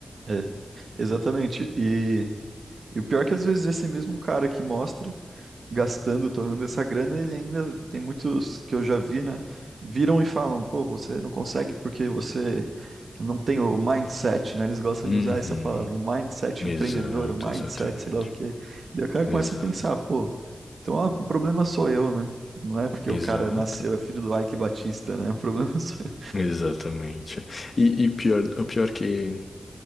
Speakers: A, on the right; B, on the left.
A: É, exatamente. E, e o pior é que às vezes esse mesmo cara que mostra gastando, torrando essa grana, ele ainda tem muitos que eu já vi, né? Viram e falam, pô, você não consegue porque você não tem o mindset, né? Eles gostam
B: Uhum.
A: de usar essa palavra, o mindset
B: Exato,
A: empreendedor, o mindset,
B: exatamente.
A: sei lá o quê. Daí o cara
B: Exato.
A: começa a pensar, pô, então ah, o problema sou eu, né? Não é porque
B: Exato.
A: o cara nasceu, é filho do Ike Batista, né? O problema <laughs> sou eu.
B: Exatamente. E, e pior, o pior que O